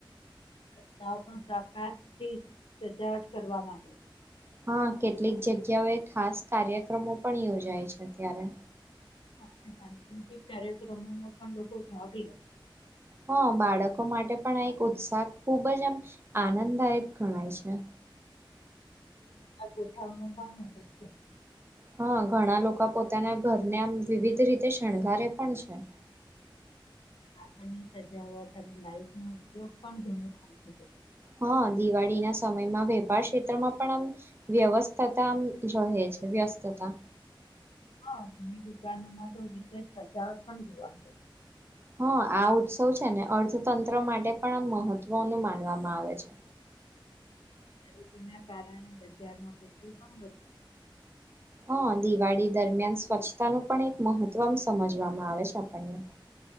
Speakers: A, on the left (about 80°); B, on the right (about 25°).
A: રસ્તા ઓપણ પ્રકાશથી સજાવટ કરવામાં આવે.
B: હા કેટલીક જગ્યાઓએ ખાસ કાર્યક્રમો પણ યોજાય છે અત્યારે
A: હા અને સાંસ્કૃતિક કાર્યક્રમોમાં પણ લોકો ભાગ લે
B: હા બાળકો માટે પણ આ એક ઉત્સાહ ખુબ જ આમ આનંદ દાયક ગણાય છે.
A: <unintelligible> ગોઠવવામાં પણ મદદ છે.
B: હા ઘણા લોકો પોતાના ઘરને આમ વિવિધ રીતે શણગારે પણ છે.
A: આાગળની સજાવટ અને લાઈટ નો ઉપયોગ પણ ઘણો થાય છે તે
B: હા દિવાળી ના સમયમાં વેપાર ક્ષેત્રમાં પણ આમ વ્યવસ્થાતા આમ રહે છે વ્યવસ્થાતા
A: હા ઘણી દુકાનોમાં તો વિશેષ સજાવટ પણ જોવા મળે
B: હા આ ઉત્સવ છે ને અર્થતંત્ર માટે પણ આ મહત્વનું માનવામાં આવે છે.
A: ખરીદી ના કારણે બજારમાં ગડદી પણ વધી
B: હા દિવાળી દરમિયાન સ્વચ્છતાનું પણ એક મહત્વ સમજવામાં આવે છે આપણને <inaudible>